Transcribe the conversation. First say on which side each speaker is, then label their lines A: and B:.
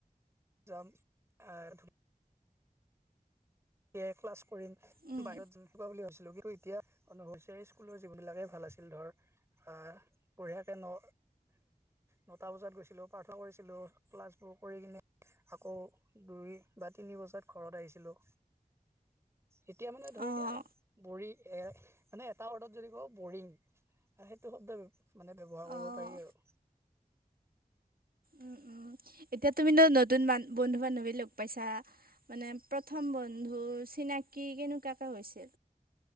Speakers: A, on the right; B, on the right.
A: যাম আৰ এ ক্লাছ কৰিম।
B: উম
A: বাহিৰত জুন হুপা বুলি ভাবছিলো, কিন্তু এতিয়া অনুভৱ হৈছে এই স্কুলৰ জীৱন বিলাকে ভাল আছিল ধৰ। হা বহিয়াকে ন' নটা বজাত গৈছিলোঁ প্ৰাৰ্থনা কৰিছিলোঁ ক্লাছবোৰ কৰি কিনে। আকৌ দুই বা তিনি বজাত ঘৰত আহিছিলো। এতিয়া মানে ধৰ
B: অঁ
A: এতিয়া। বৰি এ মানে এটা ৱৰ্ডত যদি কওঁ বৰিং সেইটো শব্দ মানে- ব্যৱহাৰ কৰিব
B: অঁ
A: পাৰি আৰু।
B: উম উম এতিয়া তুমি নো নতুন মান বন্ধু বান্ধৱী লগ পাইচা মানে প্ৰথম বন্ধু চিনাকি কেনেকুৱা এটা হৈছে।